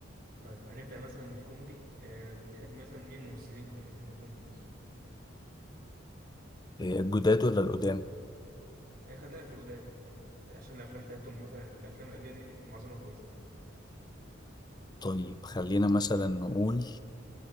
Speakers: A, on the right (about 45°); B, on the left (about 20°).
A: طيب هنبدا مثلا بالكوميدي آه، بتحب مثلا مين ممثلين كوميدي تحبهم في مصر
B: آه، الجداد ولا القدام
A: آه، خلينا في القدام عشان الافلام بتاعتهم مثلا الافلام القديمه دي معظمها كويسه
B: طيب خلينا مثلا نقول